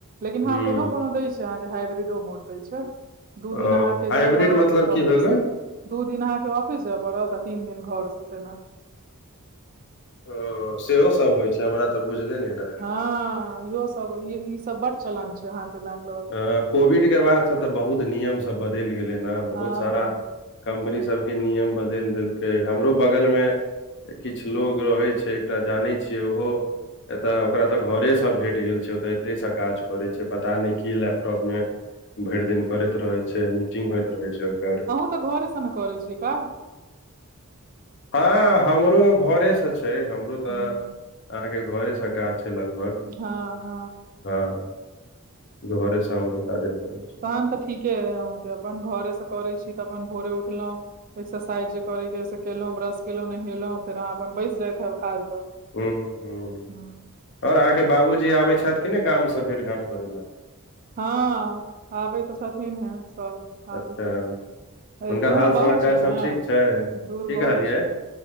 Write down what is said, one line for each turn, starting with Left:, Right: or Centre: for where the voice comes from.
Right: लेकिन
Left: हूँ
Right: अह कोनो कोनो दै के हाइब्रिडो मोड द छै। दू
Left: ओ
Right: दिन अहाँकेँ
Left: हाइब्रिड
Right: जाय पड़त
Left: मतलब की
Right: ऑफिस
Left: भेलै
Right: दू दिन अहाँकेँ ऑफिस जाय पड़त आ तीन दिन घर से तेना।
Left: ओ सेहो सब होइ छै हमरा तऽ बुझले नै रहए
Right: हा इहो स सभ ई सभ बड चलान छैय अहाॅंकेँ बेगलोर।
Left: कोविड के बादसँ तऽ बहुत नियम सभ बदलि गेलै। ह बहुत
Right: हँ
Left: सारा
Right: हँ
Left: कम्पनी सभ के नियम बदलि देलकै। हमरो बगल मे किछु लोग छै। एकटा जानै छियै। ओहो एताे ओकरा ते घरे से भेट गेल छै। ओताे एते से काज करे छै। पता नै कि लैपटॉप मे भरि दिन करैत रहे छै। मीटिंग होइत रहे छै। ओकर
Right: घर सँ ने करै छै कऽ
Left: ह हमरो घरे से छै। हमरो तऽ
Right: ह
Left: अहाँकेँ घरे से काज छै। लगभग
Right: ह ह
Left: ह घरे सामरो काजे करड़ै छै।
Right: तहन तऽ ठीके हय अके अपन घरे से करै छी तऽ अपन भोरे उठलहुँं एक्सरसाइज जे करेके से केलहुँ ब्रश केलहुँ नहेलहुँ फेर अहाँ अपन बेस जायइत हेब काज पर
Left: हुं हूं
Right: हूँ
Left: आओर अहाँके बाबूजी आबै छथि। कि नहि गामसँ भेट घाट करै लए।
Right: हँ आबै तऽ छथिन ह सभ
Left: अच्छा
Right: आबै छथिन।
Left: हुनकर
Right: दूर
Left: हाल समाचार
Right: बड़ छै ने
Left: सब ठीक छै।
Right: दूर
Left: की
Right: बहुत
Left: कहलियै
Right: छै